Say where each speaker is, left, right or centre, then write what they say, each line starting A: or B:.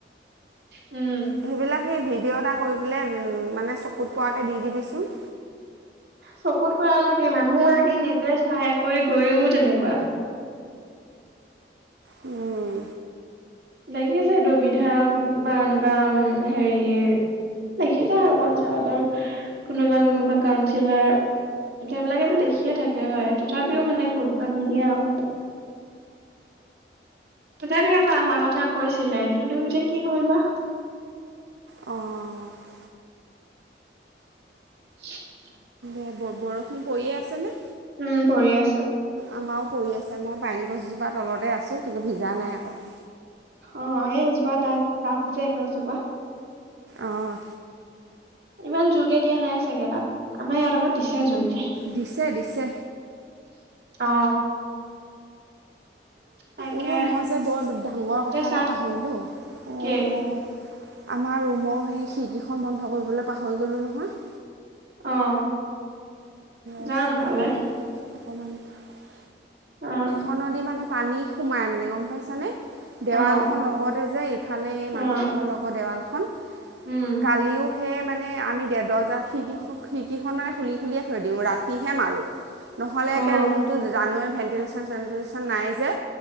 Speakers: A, on the right (about 65°); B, on the right (about 85°).
A: উম।
B: সেইবিলাক সেই ভিডিঅ' এটা কৰি পেলাই মানে চকুত পৰাকৈ দি দিবিচোন।
A: চকুত পৰা মানে কি মানুহ আহি নিজে চাই কৰি গৈও তেনেকুৱা।
B: উম।
A: দেখিছে এইটো বিধায়ক বা এনেকুৱা হেৰিয়ে দেখিছে আৰু পঞ্চায়তৰ কোনোবা কোনোবা কাউঞ্চিলাৰ। নেতা বিলাকে ত দেখিয়ে থাকে হয় তথাপিও মানে গুৰুত্ব নিদিয়ে আৰু। তথাপিও এবাৰ অহা কথা কৈছিলে কিন্তু এতিয়া কি হল বা।
B: অঁ। অঁ
A: <inaudible>
B: এ ব বৰষুণ পৰিয়ে আছে নে?
A: উম পৰি আছে।
B: আমাৰো পৰি আছে মই পাইন গছজোপাৰ তলতে আছোঁ কিন্তু ভিজা নাই অকল।
A: অ এই এইজোপা ডাঠ ডাঠ যে গছজোপা।
B: অঁ
A: ইমান জোৰকে দিয়া নাই চাগে তাত আমাৰ ইয়াত আকৈ দিছে জোৰকে।
B: দিছে দিছে
A: অ। তাকে
B: অঁ মই যে বৰ ডাঙৰ
A: এতিয়া
B: কথা
A: চাহ
B: এটা পাহৰিলোঁ অঁ
A: কি
B: অ। আমাৰ ৰুমৰ সেই খিৰিকীখন বন্ধ কৰিবলৈ পাহৰি গ'লোঁ নহয়।
A: অ যা
B: ৰচোন
A: নহলে।
B: বাৰু <inaudible>
A: অ।
B: খনদি মানে পানী সোমাই মানে গম পাইছা নে। দেৱালখন
A: অ
B: লগতে যে ইফালে এই মানুহঘৰৰ
A: অ
B: লগত দেৱালখন
A: উম
B: কালিও সেই মানে আমি দে দৰ্জা-খিৰিকী খিৰিকীখন মানে খুলি খুলিয়ে থৈ দিওঁ, ৰাতিহে মাৰো। নহ'লে একে
A: অ
B: ৰুমটো জানৱে ভেণ্টিলেশ্যন চেণ্টিলেশ্যন নাই যে